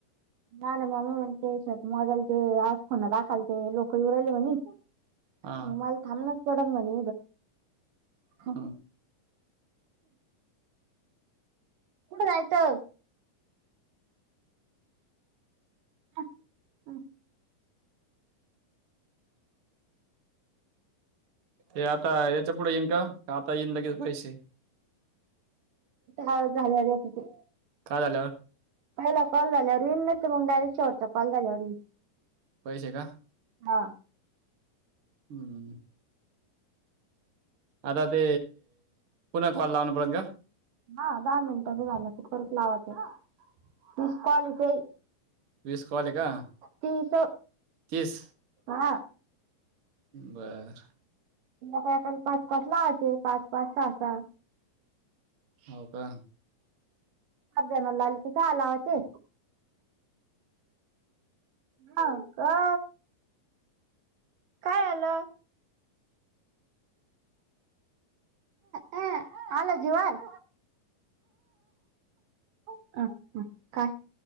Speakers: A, on the right; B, on the right.
A: ना ना म् म्हण त्याच्यात मजाल ते आज खोना दाखलते लोकहीऊ राहिले म्ह
B: हा
A: ममला थमनच पोडण म्हणे
B: हो
A: कुठ जायचं हम्
B: ते आता याच्या पुढे येईन का आता येईन लगेच पैसे
A: ह झाले अरे तिथ
B: का झालं
A: पहिला कॉल झाल्यावर येच मग डायच्यावररतंॉल झाल्यावर
B: पैसे का
A: हा
B: हम्म आता ते पुन्हा कॉल लावणपर्यंत का
A: हा दहा मिनिटचं झालं तर परत लावाचं तीस कॉलचई
B: वीस कवाले का
A: तीस
B: तीस
A: हा
B: बरं
A: ख पाच पाच लाचे पाच पाच ता
B: हो का
A: ह देणार लाली तच्या आलावाचे हा का काय आलं ह हल जुवार ह काय